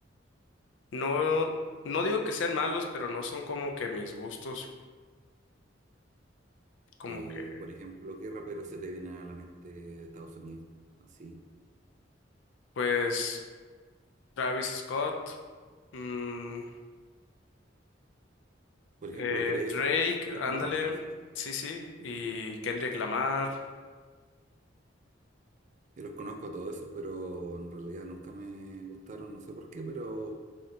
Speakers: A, on the left; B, on the right.
A: no, no digo que sean malos, pero no son como que mis gustos, como
B: Y,
A: que
B: por ejemplo, ¿qué rapero se te viene a la mente de Estados Unidos? Así.
A: pues... Travis Scott, mm,
B: Por ejemplo,
A: eh,
B: Drake
A: Drake,
B: sería
A: ándale,
B: como rapero, ¿cierto?
A: sí, sí, y Kendrick Lamar.
B: Yo los conozco a todos esos, pero en realidad nunca me gustaron, no sé por qué, pero,